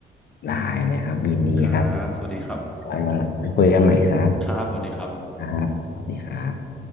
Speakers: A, on the left; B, in the centre.
A: ได้เลยครับยินดีครับ
B: ครับสวัสดีครับ
A: ไว้วันหลังคุยกันใหม่ครับ
B: ครับสวัสดีครับ
A: ครับสวัสดีครับ